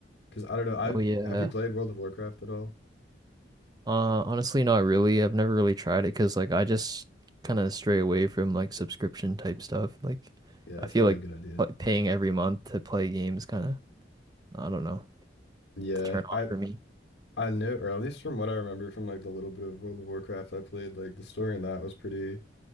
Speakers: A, on the left (about 60°); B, on the right (about 20°).
A: Because I don't know, I
B: oh yeah.
A: have you played World of Warcraft at all?
B: Uh, honestly, not really. I've never really tried it because, like, I just kind of stray away from like subscription type stuff. Like,
A: Yeah,
B: I
A: it's
B: feel
A: probably
B: like
A: a good idea.
B: pl- paying every month to play games kind of, I don't know,
A: Yeah,
B: it's a turn off
A: I
B: for me.
A: I know, or at least from what I remember from like the little bit of World of Warcraft I played, like the story in that was pretty